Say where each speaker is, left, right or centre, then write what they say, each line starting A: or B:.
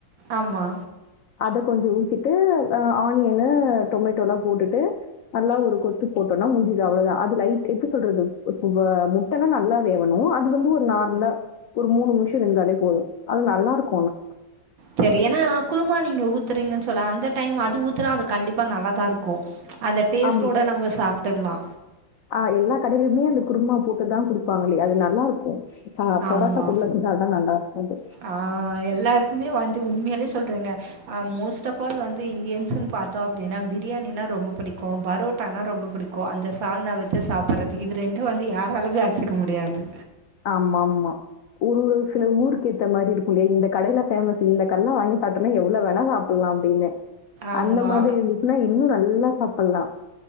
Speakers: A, on the right; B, on the left.
A: ஆமா
B: அத கொஞ்சோ ஊத்திட்டு அ ஆனியனு டொமேட்டோலா போட்டுட்டு நல்லா ஒரு கொத்து போட்டோனா முஞ்சுது அவ்வுளோதா அது லைட் எது சொல்றது முட்டல்லா நல்லா வேவனு அது வந்து ஒரு நார்மலா ஒரு மூணு நிமிஷோ வெந்தாலே போது அது நல்லா இருக்கு ஆனா
A: செரி ஏன்னா குருமா நீங்க ஊத்துறீங்கன்னு சொல்ல அந்த டைம் அது ஊத்துனா அது கண்டிப்பா நல்லாதா இருக்கு அந்த டேஸ்ட்டோட
B: ஆம்.
A: நம்ம சாப்ட்ர்லா
B: ஆ எல்லா கடையிலையுமே அந்த குருமா போட்டுதா குடுப்பாங்களலேயா அது நல்லா இருக்கு ஆ பரோட்ட
A: ஆமா.
B: <unintelligible> நல்லா இருக்கு
A: ஆ எல்லாருக்குமே வாழ்த்து உண்மையிலே சொல்றங்க ஆ மோஸ்ட் ஆப் ஆல் வந்து இந்தியன்சுன்னு பாத்தா அப்புடின்னா பிரியாணின்னா ரொம்ப பிடிக்கு பரோட்டான ரொம்ப புடிக் கு அந்த சால்னா வச்சு சாப்பறது இது ரெண்டு வந்து யாராலுமே அடிச்சுக்க முடியாது
B: ஆமா ஆமா ஒரு ஒரு சில ஊருக்கு ஏத்த மாரி இருக்குலேயா இந்த கடைல ஃபேமஸ் இந்த கடையில வாங்கி சாப்டனா எவ்ளோ வேனா சாப் ல்லா அப்புடின்னு
A: ஆமா.
B: அந்த மாதிரி இருந்துச்சுன்னா இன்னு நல்லா சாப்பிடலா